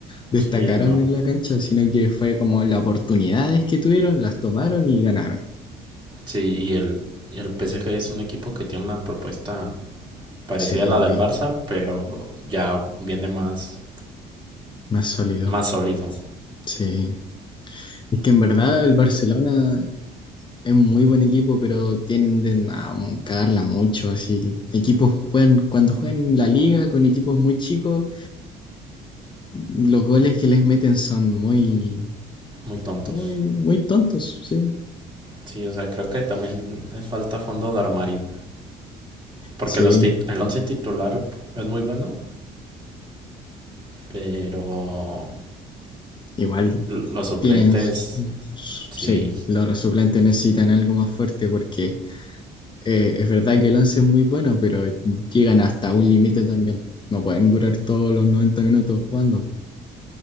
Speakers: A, on the left; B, on the right.
A: destacaron
B: sí, no.
A: en la cancha, sino que fue como las oportunidades que tuvieron, las tomaron y ganaron.
B: Sí, y el, y el PSG es un equipo que tiene una propuesta parecida
A: Sí,
B: a la
A: muy
B: del Barça, pero ya viene más,
A: más sólido.
B: más sólido.
A: Sí, es que en verdad el Barcelona es muy buen equipo, pero tienden a m- cagarla mucho, así. Equipos juegan, cuando juegan la liga con equipos muy chicos, los goles que les meten son muy,
B: Muy tontos.
A: muy, muy tontos, sí.
B: Sí, o sea, creo que también les falta fondo de armario. Porque
A: Sí,
B: los tit- el once titular es muy bueno, pero
A: igual
B: l- los suplentes,
A: tienen, s- s-
B: sí,
A: sí, los suplentes necesitan algo más fuerte porque eh, es verdad que el 11 es muy bueno, pero llegan hasta un límite también. No pueden durar todos los 90 minutos jugando.